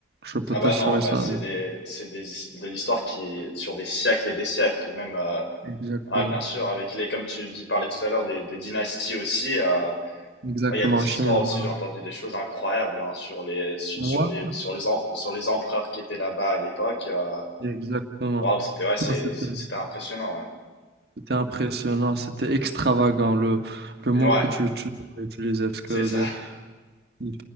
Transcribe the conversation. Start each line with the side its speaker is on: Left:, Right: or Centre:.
Right: Je peux
Left: Ah
Right: t'assurer
Left: bah non, bah
Right: ça.
Left: c'est des, c'est des, de l'histoire qui est sur des siècles et des siècles, et même, euh,
Right: Exactement.
Left: ah bien sûr, avec les, comme tu dis, parlais tout à l'heure, des, des dynasties aussi, euh, ouais,
Right: Exactement,
Left: il y a des
Right: en Chine,
Left: histoires aussi,
Right: voilà.
Left: j'ai entendu des choses incroyables, hein, sur les, su-
Right: Moi,
Left: sur les, sur les, em- sur les empereurs qui étaient là-bas à l'époque, euh,
Right: exactement.
Left: waouh, c'était, ouais, c'est,
Right: Non, c'était,
Left: c'est- c'était impressionnant, ouais.
Right: c'était impressionnant, c'était extravagant, le, le
Left: Ouais,
Right: mot que tu, tu devrais utiliser, parce que
Left: c'est ça. <laughs>
Right: Ils,